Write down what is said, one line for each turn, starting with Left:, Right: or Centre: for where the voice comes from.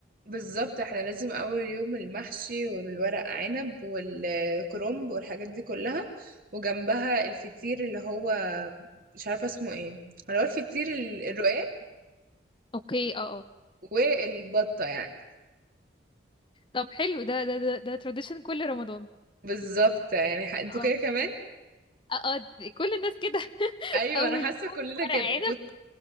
Right: بالظبط احنا لازم اول يوم المحشي والورق عنب والكرنب والحاجات دي كلها وجنبها الفطير اللي هو مش عارفة اسمه ايه اللي هو الفطير ال- الرقاق
Left: اوكي اه اه
Right: والبطة يعني
Left: طب حلو ده ده ده, ده تراديشن كل رمضان
Right: بالظبط يعني ح- انتوا
Left: اه
Right: كده كمان
Left: اه آه، كل الناس كده <laughs>
Right: ايوه
Left: اول
Right: انا حاسة
Left: يوم
Right: كلنا
Left: ورق
Right: كده
Left: عنب
Right: وت-